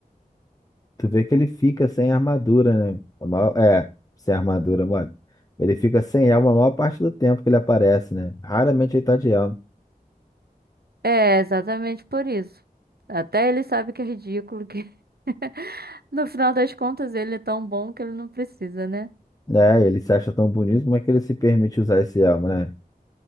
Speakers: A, on the left (about 20°); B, on the right (about 85°).
A: tu vê que ele fica sem armadura, né? A maior- É, sem armadura, mano. Ele fica sem elmo a maior parte do tempo que ele aparece, né? Raramente ele tá de elmo.
B: É, exatamente por isso. Até ele sabe que é ridículo, que <laughs> no final das contas ele é tão bom que ele não precisa, né?
A: É, ele se acha tão bonito, como é que ele se permite usar esse elmo, né?